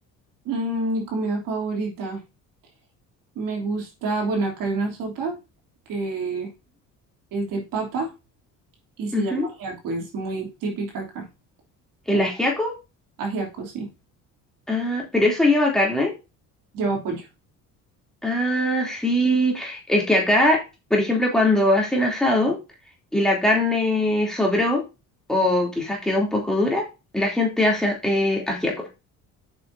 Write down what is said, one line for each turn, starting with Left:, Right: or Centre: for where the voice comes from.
Right: Mm, mi comida favorita. Me gusta, bueno, acá hay una sopa que es de papa y se
Centre: Ujú,
Right: llama
Centre: ujú.
Right: ajiaco. Es muy típica acá.
Centre: ¿El
Right: En
Centre: ajiaco?
Right: la- ajiaco, sí.
Centre: Ah, ¿pero eso lleva carne?
Right: Lleva pollo.
Centre: Ah, sí. Es que acá, por ejemplo, cuando hacen asado y la carne sobró o quizás quedó un poco dura, la gente hace eh, ajiaco.